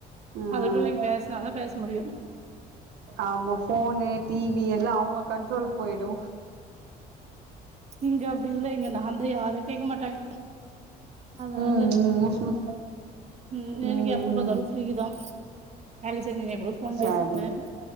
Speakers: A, on the right (about 80°); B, on the right (about 40°).
A: ம்
B: அதுக்குள்ள நீங்க பேசினாதா பேச முடியு
A: ஆமா போன்னு டிவி எல்லா அவங்க கண்ட்ரோல் போயிடு
B: இங்க அப்படி இல்லங்க நா வந்த யாரு கேட்க மாட்டாங்க அதனால
A: ம்
B: ம் எனக்கு
A: ம்
B: எப்ப பாத்தாலு ஃப்ரீதா வேல செஞ்சுனுனே கூட ஃபோன்
A: சரிங்க
B: பேசிருவே